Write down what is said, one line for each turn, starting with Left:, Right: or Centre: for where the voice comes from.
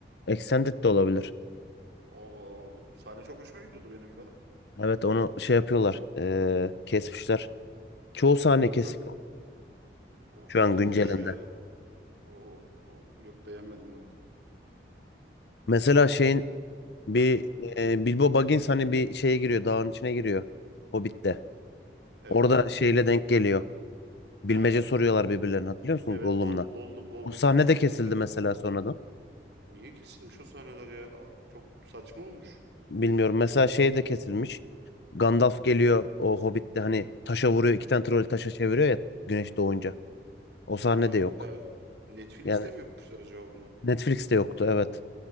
Left: Extended de olabilir.
Right: O, sahne çok hoşuma gidiyordu benim be.
Left: Evet onu şey yapıyorlar. eee, kesmişler. Çoğu sahne
Right: O
Left: kesik
Right: kötü o
Left: şu
Right: kötü
Left: an güncelinde.
Right: olmuş ya. O, o yok beğenmedim bak.
Left: Mesela
Right: Saydı
Left: şeyin
Right: bakalım.
Left: bir
Right: Heh,
Left: eee, Bilbo Baggins hani bir şeye giriyor. Dağın içine giriyor. Hobbit'te.
Right: evet.
Left: Orada şeyle denk geliyor. Bilmece
Right: Ha.
Left: soruyorlar birbirlerine hatırlıyor musun
Right: Evet
Left: Gollum'la?
Right: gol gollu gollumla
Left: O sahne
Right: bilmece
Left: de kesildi
Right: soru.
Left: mesela sonradan.
Right: Niye kesilmiş o sahneler ya? Aa, Çok saçma olmuş.
Left: Bilmiyorum. Mesela şey de kesilmiş. Gandalf geliyor o Hobbit'te hani taşa vuruyor. iki tane troll taşa çeviriyor ya güneş doğunca. O sahne
Right: Ha,
Left: de yok.
Right: evet. Netflix'te
Left: Yani
Right: mi yapmışlar acaba bunu?
Left: Netflix'te yoktu evet.